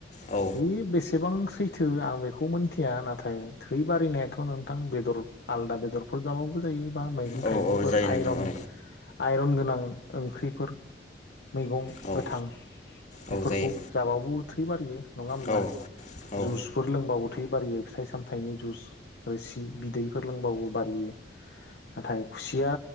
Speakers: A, on the left; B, on the left.
A: औ
B: बि बेसे एसेबां सैथो आं बेखौ मोनथिया नाथाय थै बारिनायाथ नोंथां बेदर आलादा बेदरफोर जाबाबो जायो। बा मैगं
A: औ
B: थाइगंफोर
A: औ जायो नोंथां
B: आइरन
A: औ
B: आइरन गोनां ओंख्रिफोर मैगं
A: औ
B: गोथां
A: औ
B: बेफोरखौ
A: जायो
B: जाबाबो थै बारियो। नङा होमबा
A: औ औ
B: जुसफोर लोंबाबो थै बारियो। फिथाइ सामथाइनि जुस रोसि बिदैफोर लोंबाबो बारियो। नाथाय खुसिया